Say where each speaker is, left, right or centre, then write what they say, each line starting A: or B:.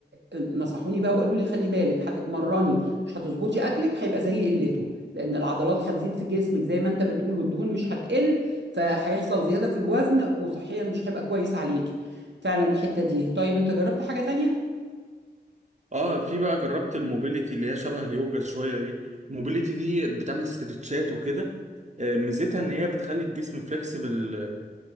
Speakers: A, on the right; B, on the right.
A: آه، نصحوني بقى وقالوا لي خلي بالك هتتمرني مش هتظبطي أكلك هيبقى زي قلته لأن العضلات هتزيد في جسمك زي ما أنت بتقول والدهون مش هتقل فهيحصل زيادة في الوزن وصحيا مش هيبقى كويس عليكي فعلا الحتة دي طيب أنت جربت حاجة تانية؟
B: اه في بقى جربت الموبيليتي اللي هي شبه اليوجا شويه دي الموبيليتي دي بتعمل استرتشات وكده آه، ميزتها ان هي بتخلي الجسم فليكسبل